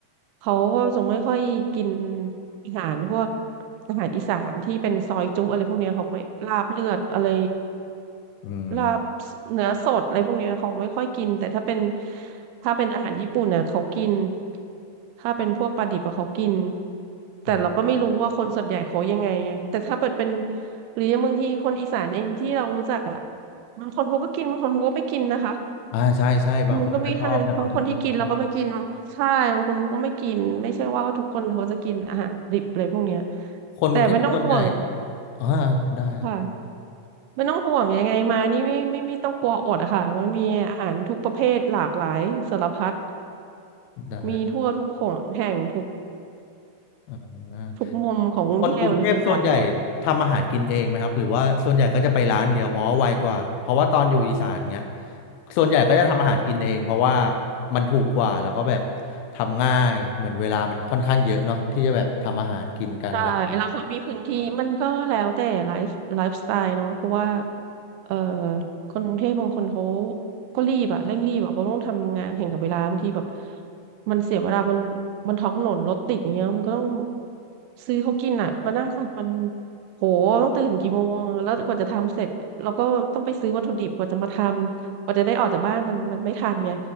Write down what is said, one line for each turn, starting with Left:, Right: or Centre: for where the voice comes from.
Right: เขาก็จะไม่ค่อยกินอาหารพวกอาหารอีสานที่เป็นซอยจุอะไรพวกเนี้ยเขาไม่ลาบเลือดอะไร
Left: อืม
Right: ลาบเนื้อสดอะไรพวกเนี้ยเขาไม่ค่อยกินแต่ถ้าเป็นถ้าเป็นอาหารญี่ปุ่นน่ะเขากินถ้าเป็นพวกปลาดิบอะเขากินแต่เราก็ไม่รู้ว่าคนส่วนใหญ่เขายังไงไงแต่ถ้าเปิดเป็น
Left: อืม
Right: หรือยังบางทีคนอีสานเองที่เรารู้จักอะ บางคนเขาก็กินบางคนเขาก็ไม่กินนะคะ
Left: อ่าใช่ใช่บางคนก็ชอบแต่บางคนก็ไม่ชอบ
Right: มันก็มีทั้งทั้งคนที่กินแล้วก็ไม่กินใช่บางคนเขาก็ไม่กินไม่ใช่ว่าทุกคนเขาจะกินอาหารดิบอะไรพวกเนี้ย
Left: คนกรุงเทพส่วนใหญ่
Right: แต่ไม่ต้องห่วง
Left: อ่าได้ครับ
Right: ค่ะไม่ต้องห่วงยังไงมานี่ไม่ไม่ไม่ต้องกลัวอดอะค่ะมันมีอาหารทุกประเภทหลากหลายสารพัด
Left: ได้
Right: มีทั่วทุกหนแห่งทุก
Left: อ่า
Right: ทุกมุมของกรุงเทพเลยมีขายหมด
Left: คนกรุงเทพส่วนใหญ่ทำอาหารกินเองไหมครับหรือว่าส่วนใหญ่ก็จะไปร้านเดียวเพราะว่าไวกว่าเพราะว่าตอนอยู่อีสานเงี้ยส่วนใหญ่ก็จะทำอาหารกินเองเพราะว่ามันถูกกว่าแล้วก็แบบทำง่ายเหมือนเวลามันค่อนข้างเยอะเนาะที่จะแบบทำอาหารกินกันอะไร
Right: ใช่แล้วเขามีพื้นที่มันก็แล้วแต่ไลฟ์ไลฟ์สไตล์เนาะเพราะว่าเอ่อคนกรุงเทพบางคนเขาก็รีบอะเร่งรีบอะเขาต้องทำงานแข่งกับเวลาบางทีแบบมันเสียเวลาบนบนท้องถนนรถติดอย่างเงี้ยมันก็ต้องซื้อเขากินอะมานั่งทำมันโหต้องตื่นกี่โมงแล้วกว่าจะทำเสร็จเราก็ต้องไปซื้อวัตถุดิบกว่าจะมาทำกว่าจะได้ออกจากบ้านมันมันไม่ทันไง